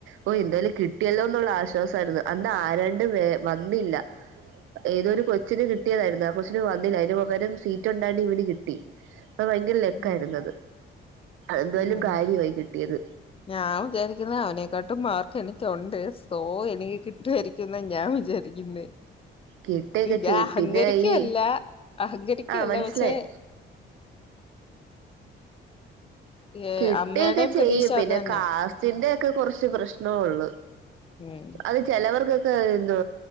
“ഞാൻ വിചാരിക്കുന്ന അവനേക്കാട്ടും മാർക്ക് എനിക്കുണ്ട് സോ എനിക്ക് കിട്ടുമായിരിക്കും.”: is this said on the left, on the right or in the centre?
Left